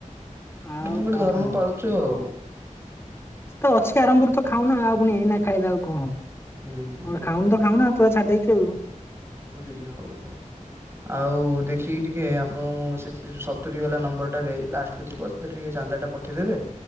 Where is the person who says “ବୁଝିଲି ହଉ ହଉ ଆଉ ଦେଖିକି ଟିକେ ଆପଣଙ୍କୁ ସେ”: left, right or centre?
Right